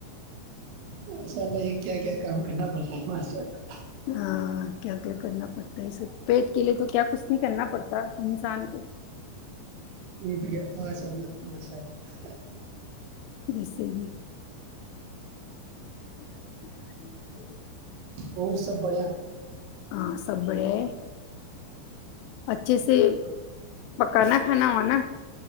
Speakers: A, on the right; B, on the left.
A: ماشاء اللہ یہ کیا کیا کام کرنا پڑتا ماشاء اللہ
B: ہاں کیا کیا کرنا پڑتا ہے ای سب پٹ کے لیے تو کیا کچھ نہیں کرنا پڑتا انسان کو
A: نہیں تو کیا ماشاء اللہ ماشاء اللہ
B: بیسے ہی ہے <inaudible> <inaudible>
A: اور سب بڑھیا
B: ہاں سبڑے اچھے سے پکانا تھاانا ہو نا